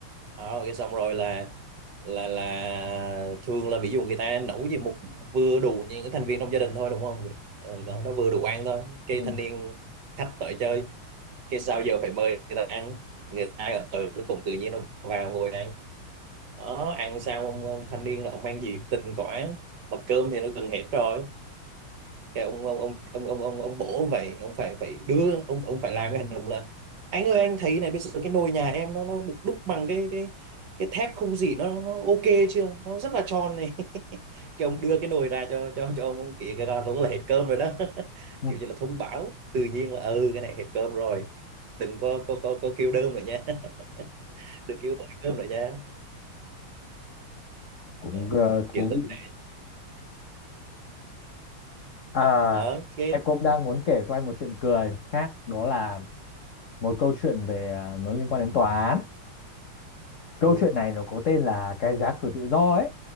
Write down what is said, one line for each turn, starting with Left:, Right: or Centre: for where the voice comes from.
Right: Ờ, cái xong rồi là là là thường là ví dụ người ta nấu gì một vừa đủ những cái thành viên trong gia đình thôi đúng không Ờ, đó nó vừa đủ ăn thôi cái
Left: ừ.
Right: thanh niên khách tới chơi cái sao giờ phải mời người ta ăn người ta ở ở nó cũng tự nhiên nó vào ngồi ăn đó ăn xong ông, ông thanh niên là ông mang nhiệt tình quá mà cơm thì nó gần hết rồi cái ông ông ông ông ông ông, ông bố ông phải ông phải phải đưa ông ông phải làm cái hành động là anh ơi anh thấy này bây giờ cái nồi nhà em nó nó được đúc bằng cái cái cái thép không gỉ nó nó ok chưa nó rất là tròn này <laughs> cái ông đưa cái nồi ra cho cho cho ông kia cái con đúng là hết cơm rồi đó <laughs>
Left: Ừ,
Right: kiểu như là thông báo tự nhiên là ừ cái này hết cơm rồi đừng có có có, có kêu đơm nữa nha <laughs> đừng kêu gọi cơm nữa nha
Left: cũng
Right: Ờ,
Left: ờ, thú
Right: kiểu tình
Left: vị
Right: thế
Left: à
Right: đó cái
Left: em cũng đang muốn kể cho anh một chuyện cười khác đó là một câu chuyện về ờ, nó liên quan đến tòa án câu
Right: ừ,
Left: chuyện này nó có tên là cái giá cử tự do ấy